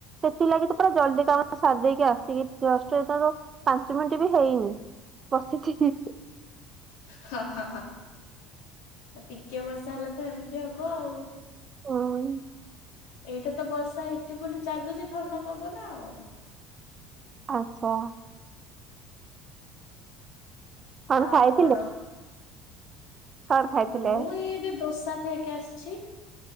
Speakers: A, on the right; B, on the left.
A: ସେଥିଲାଗି ତ ପୁରା ଜଲଦି କାମ ସାରି ଦେଇକି ଆସ୍ କି ଜଷ୍ଟ ତ ପାଞ୍ଚ ମିନିଟ ବି ହେଇନି ବସିଛି।
B: ହଁ ହଁ ହଁ। ଆଉ ଟିକେ ବର୍ଷା ହେଲେ ତ ଏମିତି ହବ ଆଉ।
A: ହୁଁ,
B: ଏଇଟା ତ ବର୍ଷା ହେଇଛି ବୋଲି ଚାଲୁଛି ଥଣ୍ଡା ପବନ ଆଉ।
A: ଆଚ୍ଛା। କଣ
B: ଆଉ
A: ଖାଇଥିଲେ
B: କଣ?
A: କଣ ଖାଇଥିଲେ?
B: ମୁଁ ଏଇ ଏବେ ଦୋସା ଖାଇକି ଆସିଛି।